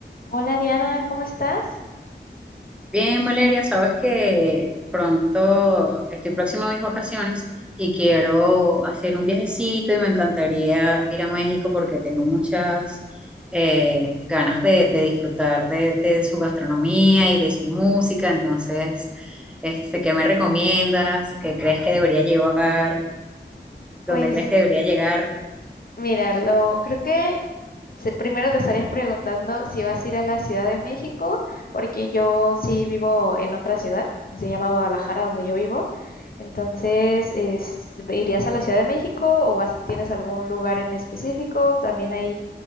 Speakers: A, on the left (about 55°); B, in the centre.
A: Hola Diana, ¿cómo estás?
B: Bien, Valeria, sabes que pronto estoy próxima a mis vacaciones y quiero hacer un viajecito y me encantaría ir a México porque tengo muchas eh, ganas de, de disfrutar de, de su gastronomía y de su música. Entonces, este, ¿qué me recomiendas? ¿Qué crees que debería llevar?
A: Pues
B: ¿Dónde crees que debería llegar?
A: mira, lo creo que se- primero te estarías preguntando si vas a ir a la Ciudad de México, porque yo sí vivo en otra ciudad, se llama Guadalajara, donde yo vivo. Entonces, es- ¿irías a la Ciudad de México o vas, tienes algún lugar en específico? También hay,